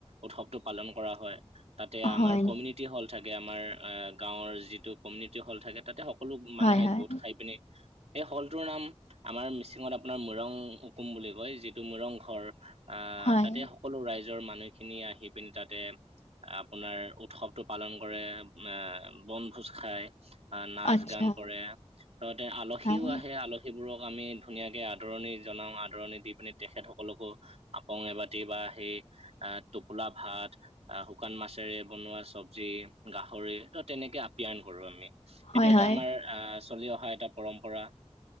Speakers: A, on the right (about 75°); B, on the left (about 80°).
A: উৎসৱটো পালন কৰা হয়। তাতে আমাৰ
B: হয়
A: কমিউনিটি হল থাকে, আমাৰ গাঁৱৰ যিটো কমিউনিটি হল থাকে তাতে সকলো মানুহে
B: হয় হয়
A: গোট খাই পিনে। এই হলটোৰ নাম আমাৰ মিচিঙত আপোনাৰ মুৰং উকুম বুলি কয়। যিটো মুৰং ঘৰ। আহ
B: হয়
A: তাতে সকলো ৰাইজৰ মানুহখিনি আহি- পিনি তাতে আপোনাৰ উৎসৱটো পালন কৰে, আহ বনভোজ খায়। আহ নাচ
B: আচ্ছা
A: গান কৰে, ততে আলহীও
B: হয়
A: আহে আল সেইবোৰক আমি ধুনীয়াকৈ আদৰণি জনাওঁ, আদৰণি দি পিনি তেখেতসকলকো আপং এবাতি বা সেই আহ টোপোলা ভাত আহ শুকান মাছেৰে বনোৱা চব্জি, গাহৰি ত তেনেকে আপ্যায়ন কৰো আমি। এইটো
B: হয়
A: এটা
B: হয়
A: আমাৰ আহ চলি অহা এটা পৰম্পৰা।